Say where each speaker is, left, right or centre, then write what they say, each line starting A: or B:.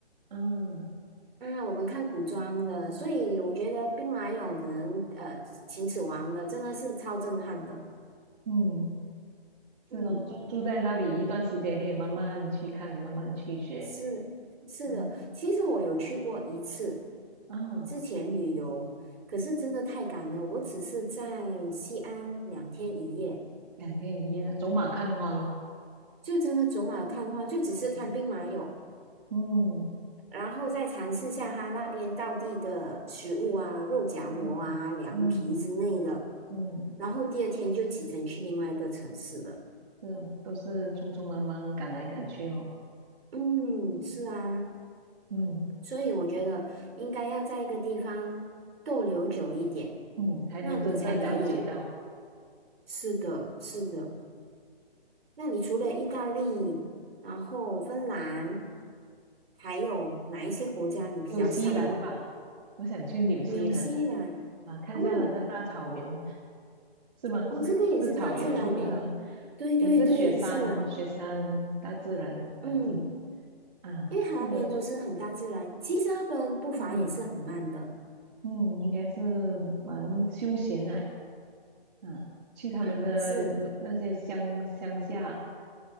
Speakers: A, on the right; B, on the right.
A: 啊，
B: 啊，我们看古装的，所以我觉得兵马俑可能呃秦始皇的真的是超震撼的。
A: 嗯，
B: 嗯，
A: 是咯，住住在那里一段时间，可以慢慢去看，慢慢去学。
B: 是是的，
A: 嗯
B: 其实我有去过一次，
A: 啊，
B: 之前旅游，可是真的太赶了，我只是在西安两天一夜，
A: 两天一夜了，走马看花咯。
B: 就真的走马看花，就只是看兵马俑，
A: 嗯嗯
B: 然后再尝试下他那边道地的食物啊，肉夹馍啊、
A: 嗯嗯
B: 凉皮之类的，
A: 嗯，
B: 然后第二天就启程去另外一个城市了。
A: 是哦，都是匆匆忙忙赶来赶去哦。
B: 嗯，是啊，
A: 嗯
B: 所以我觉得应该要在一个地方逗留久一点，
A: 嗯，才能真正了解到
B: 那你才可以。是的，是的。那你除了意大利，然后芬兰，还有哪一些国家你比较向往啊？
A: 纽西兰吧。我想去纽西兰
B: 纽西兰，
A: 啊，看下拿的大草原，
B: 哦，
A: 是吗？
B: 哦，
A: 是是草原出名吗？
B: 这个也是大自然的。对对对，
A: 也是雪山哦，
B: 是，
A: 雪山大自然环境
B: 嗯，
A: 啊，
B: 因为它那边都是很大自然，
A: 或者去
B: 其实那边步伐也是很慢的
A: 嗯嗯，应该是蛮休闲的啊，去他们的那些乡乡下
B: 啊，是。